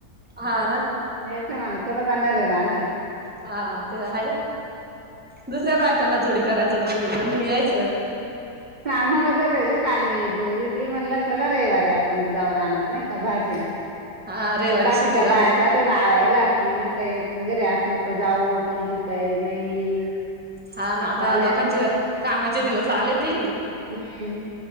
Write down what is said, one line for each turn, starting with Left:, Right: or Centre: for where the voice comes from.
Centre: हा ना
Right: हेच माण थोडा जाणार आहे राहणार
Centre: हा ते आहे दुसऱ्या बायकांना जोडी करायच दोन तीन जण यायचं
Right: सामान होत ते ग काल मी दोघ इली म्हणला चला रविवारी आपण जावरहणार नाही का भाजीला
Centre: हा रविवारी
Right: आता बाकीच्या
Centre: सुट्टी राहते
Right: बाया
Centre: ना.
Right: जात आवायला कोण म्हणतय घरी असल तर जाऊ कोण म्हणतय नाही
Centre: हा ना आता
Right: चालाय
Centre: लोकांचे
Right: असं
Centre: कामाचे दिवस आले ते
Right: हम्म